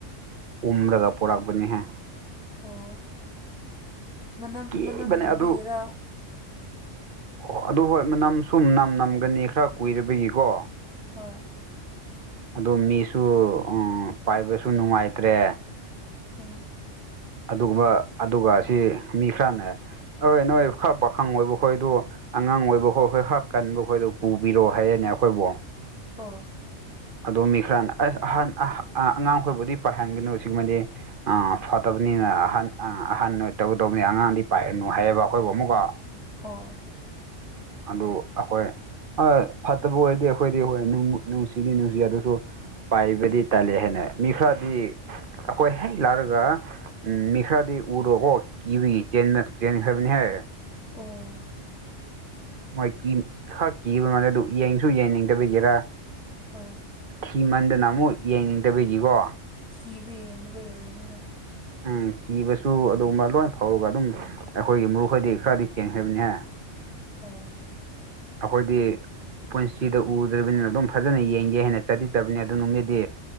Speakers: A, on the right; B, in the centre.
A: ꯎꯝꯔꯒ ꯄꯨꯔꯛꯄꯅꯤꯍꯦ
B: ꯑꯣ ꯃꯅꯝ
A: ꯀꯤꯕꯅꯦ
B: ꯃꯅꯝ ꯅꯝꯕꯒꯤꯔꯥ
A: ꯑꯗꯨ ꯑꯣ ꯑꯗꯨ ꯍꯣꯏ ꯃꯅꯝ ꯁꯨꯝ ꯅꯝ ꯅꯝꯒꯅꯤ ꯈꯔ ꯀꯨꯏꯔꯕꯒꯤꯀꯣ
B: ꯍꯣꯏ
A: ꯑꯗꯣ ꯃꯤꯁꯨ ꯎ ꯄꯥꯏꯕꯁꯨ ꯅꯨꯡꯉꯥꯏꯇ꯭ꯔꯦ
B: ꯎꯝ
A: ꯑꯗꯨꯒꯨꯝꯕ ꯑꯗꯨꯒ ꯑꯁꯤ ꯃꯤ ꯈꯔꯅ ꯍꯣꯢ ꯅꯣꯏ ꯈꯔ ꯄꯥꯈꯪ ꯑꯣꯏꯕꯈꯣꯏꯗꯨ ꯑꯉꯥꯡ ꯑꯣꯏꯕ ꯈꯣ ꯑꯩꯈꯣꯏ ꯍꯥ ꯀꯟꯕ ꯈꯣꯏꯗ ꯄꯨꯕꯤꯔꯣ ꯍꯥꯏꯔꯦꯅꯦ ꯑꯩꯈꯣꯏꯕꯨ
B: ꯑꯣ
A: ꯑꯗꯣ ꯃꯤ ꯈꯔꯅ ꯑꯁ ꯑꯍꯥꯜ ꯑꯉꯥꯡꯈꯣꯏꯕꯨꯗꯤ ꯄꯥꯏꯍꯟꯒꯅꯨ ꯁꯤꯒꯨꯝꯕꯗꯤ ꯑꯥ ꯐꯠꯇꯕꯅꯤꯅ ꯑꯍ ꯑꯍꯟ ꯑꯣꯏ ꯇꯧꯒꯗꯧꯕꯅꯤ ꯑꯉꯥꯡꯗꯤ ꯄꯥꯏꯔꯅꯨ ꯍꯥꯏꯌꯦꯕ ꯑꯩꯈꯣꯏꯕꯨ ꯑꯃꯨꯛꯀ
B: ꯑꯣ
A: ꯑꯗꯨ ꯑꯩꯈꯣꯏ ꯐꯠꯇꯕ ꯑꯣꯏꯔꯗꯤ ꯑꯩꯈꯣꯏꯗꯤ ꯍꯣꯏ ꯅꯨꯡꯕꯨꯗꯤ ꯅꯨꯡꯁꯤ ꯑꯗꯨꯁꯨ ꯄꯥꯏꯕꯗꯤ ꯇꯜꯂꯦ ꯍꯥꯢꯅ ꯃꯤ ꯈꯔꯗꯤ ꯑꯩꯈꯣꯏ ꯍꯦꯛ ꯂꯥꯔꯒ ꯎ ꯃꯤ ꯈꯔꯗꯤ ꯎꯔꯣꯀꯣ ꯀꯤꯕꯒꯤ ꯆꯦꯟꯈꯔꯕꯅꯦ ꯍꯦ
B: ꯑꯣ
A: ꯃꯣꯏ ꯈꯔ ꯀꯤꯕ ꯃꯥꯜꯂꯦ ꯑꯗꯨ ꯌꯦꯡꯁꯨ ꯌꯦꯡꯅꯤꯡꯗꯕꯤꯒꯤꯔꯥ
B: ꯍꯣꯏ
A: ꯊꯤꯃꯟꯗꯅ ꯑꯃꯨꯛ ꯌꯥꯡꯅꯤꯡꯗꯕꯒꯤꯀꯣ
B: ꯀꯤꯕꯩ ꯌꯦꯟꯗꯕ ꯑꯣꯏꯔꯝꯅꯤꯗ
A: ꯎꯝ ꯀꯤꯕꯁꯨ ꯑꯗꯨꯒꯨꯝꯕ ꯂꯣꯏ ꯐꯥꯎꯔꯒ ꯑꯗꯨꯝ ꯑꯩꯈꯣꯏꯒꯤ ꯃꯔꯨꯞ ꯈꯣꯢꯗꯤ ꯈꯔꯗꯤ ꯆꯦꯟꯈ꯭ꯔꯕꯅꯤꯍꯦ
B: ꯑꯣ
A: ꯑꯩꯈꯣꯏꯗꯤ ꯄꯣꯏꯟꯁꯤꯔꯤꯗ ꯎꯗ꯭ꯔꯕꯅꯤꯅ ꯑꯗꯨꯝ ꯐꯖꯅ ꯌꯦꯡꯒꯦ ꯍꯥꯏꯅ ꯆꯠꯗꯤ ꯆꯕꯅꯤ ꯑꯗꯨ ꯅꯨꯃꯤꯠꯗꯤ